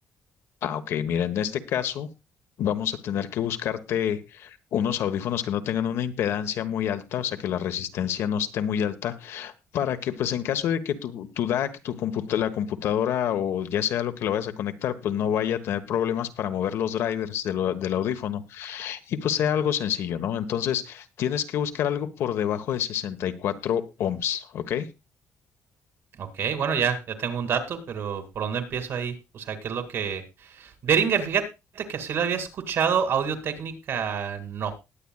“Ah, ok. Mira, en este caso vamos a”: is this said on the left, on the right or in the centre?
Left